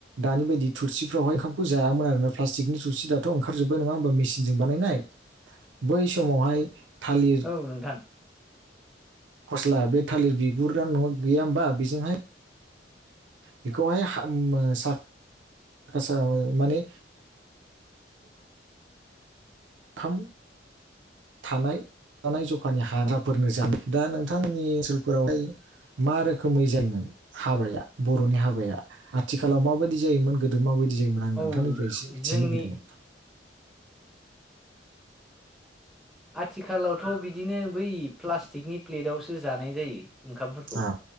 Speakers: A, on the right; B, in the centre.
A: दानि बायदि थुरसिफ्रावहायओंखाम जायामोन आरोना प्लास्टिकनि थुरसि दाथ ओंखारजोब्बाय नङा होमबा मिसिनजों बानायनाय बै समावहाय थालिर
B: औ नोंथां
A: फस्ला बे थालिर बिगुरा न आव गैया होमबा बेजोंहाय बेखौहाय <unintelligible> माने थाम थानाय थानाय जखानि हाग्राफोरनो <unintelligible> दा नोंथांमोननि ओनसोलफोरावहाय मा रोखोमै जायोमोन हाबाया बरनि हाबाया आथिखालाव माबायदि जायोमोन गोदो माबायदि जायोमोन आं नोंथांनिफ्राय
B: औ
A: एसे मिथिनो
B: जोंनि
A: लुबैदोंमो नोंथां
B: आथिखालावथ बिदिनो बै प्लास्टिकनि प्लेटावसो जानाय जायो ओंखामफोरखौ
A: औ